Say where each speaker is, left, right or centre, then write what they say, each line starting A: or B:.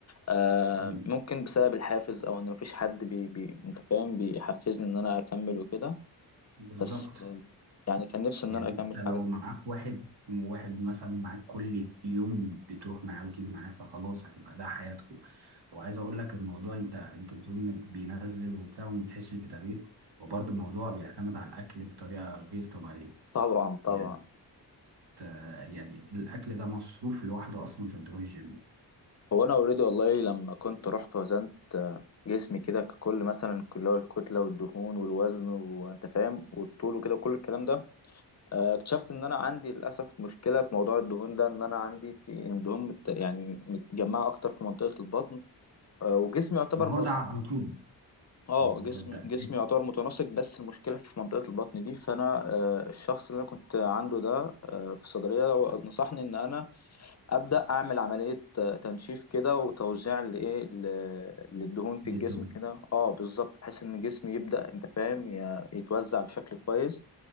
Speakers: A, on the left; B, on the right.
A: آه
B: م-
A: ممكن بسبب الحافز او ان مفيش حد بي بي انت فاهم بيحفزني ان انا اكمل وكده
B: بالظبط
A: بس آه يعني كان نفسي
B: يعني
A: ان انا اكمل
B: انت لو
A: حاجه زي
B: معاك
A: كده
B: واحد واحد مثلا معاك كل يوم بتروح معاه وتيجي معاه فخلاص هتبقى ده حياتكم وعايز اقول لك الموضوع انت انت بتقول ان بينزل وبتاع وما بتحسش بتغيير وبرضه الموضوع بيعتمد على الاكل بطريقه غير طبيعيه
A: طبعا طبعا
B: يعني انت- يعني الاكل ده مصروف لوحده اصلا عشان تروح الجيم
A: هو انا اوريدي والله لما كنت رحت وزنت آه، جسمي كده ككل مثلا اللي هو الكتله والدهون والوزن وانت فاهم والطول وكده وكل الكلام ده آه، اكتشفت ان انا عندي للاسف مشكله في موضوع الدهون ده ان انا عندي في الدهون مت... يعني متجمعه اكتر في منطقه البطن آه، وجسمي يعتبر
B: ما هو
A: م...
B: ده على طول
A: اه
B: يعني
A: جسمي
B: ده ده اساسي
A: جسمي يعتبر متناسق بس المشكله في منطقه البطن دي فانا آه، الشخص اللي انا كنت عنده ده آه، في الصيدليه هو نصحني ان انا ابدا اعمل عمليه آه، تنشيف كده وتوزيع لايه ل- للدهون في
B: جدا
A: الجسم كده اه بالظبط بحيث ان جسمي يبدا انت فاهم ي- يتوزع بشكل كويس